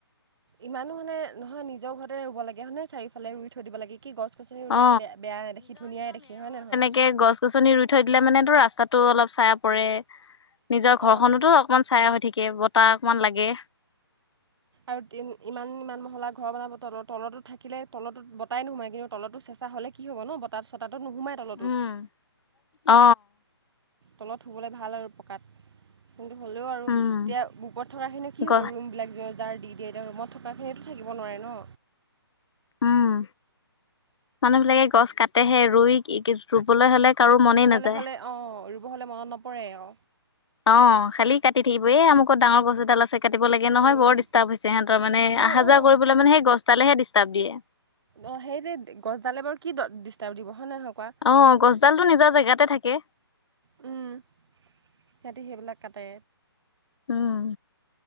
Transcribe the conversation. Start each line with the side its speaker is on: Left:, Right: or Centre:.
Right: ইমানো মানে নহয় নিজৰ ঘৰতে ৰুব লাগে হয়নেে চাৰিওফালে ৰুই থৈ দিব লাগে কি গছনি ৰুলেো
Left: অ
Right: বেয়া নাই দেখিুনীয়াই দেখি হয় নে নহয়
Left: একে গছ গছনি ৰুই থৈ দিলে মানেটো ৰাস্তাতটো অলপ চাইয়া পৰে নিজৰ ঘৰখনোতো
Right: অঁ
Left: অকমান ছাইয়া হৈ থাকে বতাহ অকমান লাগে
Right: আৰু ইমান ইমান মহলা ঘৰ বনাব তল তলো থাকিলে তলতটোত বতাই নোসোমাই কিন্তু তলতটো চঁচা হ'লে কি হ'ব ন বতাত চতাতটো নোসোমাই তলতটোত
Left: উম অ
Right: তলত শুবলৈ ভাল আৰু পকাত কিন্তটো হ'লেও আৰু
Left: উম
Right: এতিয়া বুকত থকা খিনি কি
Left: গ
Right: হ'ব ৰুম বিলাক য যাৰ দি দিয়েতিয়া ৰুমত থকাখিনেতো থিব নোৱাৰে ন
Left: উম মানুহ বিিলাকে গছ কাটহে ৰুই ৰুবলৈ হলে কাৰো মনেই
Right: ৰুবলৈ
Left: নাযায়
Right: হ'লে অঁ ৰুব হ'লে মনত নপৰে অ
Left: অ খালি কাটি থাকিব এ আ মুোকত ডাঙৰ গছ এডাল আছে কাটিব লাগে নহয়
Right: উম উম
Left: বৰ ডিষ্টাৰ্ব হৈছে সিহঁতৰ মানে
Right: অ
Left: অহা
Right: অ
Left: যোৱা কৰিব মে সেই গছডালেহে ডিষ্টাৰ্ব দিয়ে
Right: অ সেই যে গছডালে বাৰু কি ডিষ্টাৰ দিব হয় নহ নহয় কোৱা
Left: অ গছডালটো নিজৰ জেগাতে থাকে
Right: উম সিহঁতি সেইবিলাক কাটে
Left: উম